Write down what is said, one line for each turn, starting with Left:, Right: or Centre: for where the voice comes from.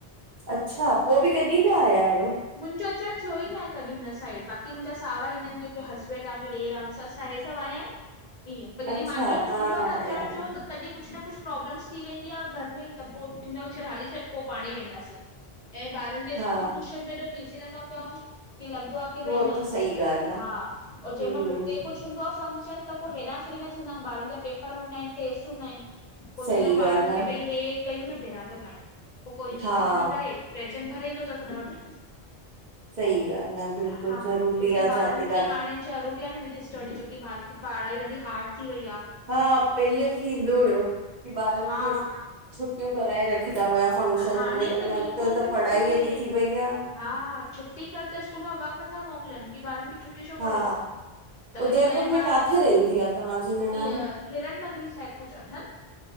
Right: अच्छा पोइ बि कॾहिं न आया आयो?
Left: मुंजो अचणु थियो ई न आहे कॾहिं हुन साइड बाक़ी मुंजा साहुरा ईंदा आहिनि की मुंहिंजो हसबैंड आ मुंजो ॾेर आ मुंजी ससु आहे हे सभु आया इन।
Right: <unintelligible>
Left: ईअं पर जॾहिं
Right: अच्छा
Left: मांजो
Right: तव्हां
Left: थींदो आ
Right: आया
Left: न अचण
Right: आहियो।
Left: जो त तॾीं कुझु न कुझु प्रॉब्लम्स थी वेंदी आ घर में त पो थींदो आ हाली छॾ पो पाणी वेंदासीं। ऐं ॿारनि जे
Right: हा
Left: स्कूल ट्यूशन में एॾो बिज़ी लॻा पियाऊं की लॻदो आ की भई
Right: हो
Left: न,
Right: त सही ॻाल्हि
Left: हा
Right: आ,
Left: जंहिं
Right: हम्म
Left: मल हुते कुझु हदो आ फंक्शन त पो हेॾा फ्री न थींदाऊं ॿारनि जा पेपर हूंदा आहिन टेस्ट हूंदा आहिन। पो
Right: सही
Left: चवंदो ॿारनि
Right: ॻाल्हि
Left: खे
Right: आ।
Left: भई हे कयूं न पैरा त भाई पो कोई न
Right: हा
Left: कोई वञी करे प्रेसेंट भरे ईंदो थस हुन वटि
Right: सही ॻाल्हि आ बिल्कुलु
Left: हा
Right: ज़रूरी
Left: छोकी
Right: आ
Left: ॿारनि
Right: जाते काथे
Left: खे हाणे ज़रूरी आ न दीदी स्टडी छोकी ॿार जी पाढ़ाई ॾाढी हारड थी वई आ।
Right: हा पहले थींदो हुयो की ॿारनि
Left: हा
Right: खे छुटियूं कराए रखदा हुया। फंक्शन
Left: हाणे
Right: वग़ैरा
Left: त
Right: में अॼुकल्ह
Left: बिल्कुल
Right: त
Left: बि
Right: पढ़ाई
Left: नथो थिए
Right: एॾी थी वई आ।
Left: हा छुटी कर त स्कूल मां वक नथा मोकिलनि की ॿारनि खे छुट्टी छो
Right: हा
Left: कराई तव। त
Right: उदयपुर
Left: वरी ॿियनि
Right: में
Left: ॿार
Right: काथे रहंदी आ तव्हांजी निणान?
Left: इअ हिरन नगरी शायदि कुझु अथन।